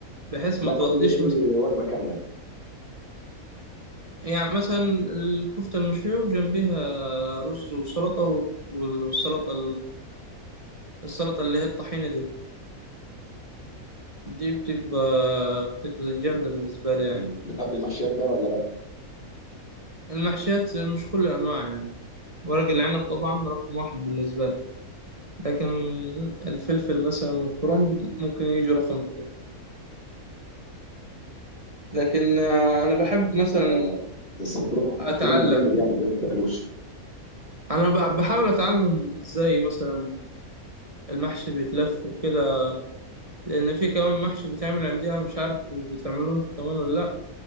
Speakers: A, on the right; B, on the left.
A: بحيث
B: لا
A: ما تغطيش
B: قول لي قول
A: مثلا
B: لي وجبه كامله
A: يعني مثلا الكفتة المشوية وجنبيها رز وسلطة والسلطة السلطة اللي هي الطحينة دي دي بتبقى بتبقى جامدة بالنسبة لي يعني
B: م. بتحب المحشيات بقى ولا لا
A: المحشيات مش كل الأنواع يعني ورق العنب طبعا رقم واحد بالنسبة لي لكن الفلفل مثلا والكرنب ممكن يجوا رقم اتنين لكن آه، أنا بحب مثلا
B: اه بس الكرو-
A: أتعلم
B: الكرنب جامد يعني زي ما بتاكلوش
A: أنا بح- بحاول أتعلم إزاي مثلا المحشي بيتلف وكده لأن في كمان محشي بيتعمل عندنا مش عارف بتعملوه انتوا كمان ولا لأ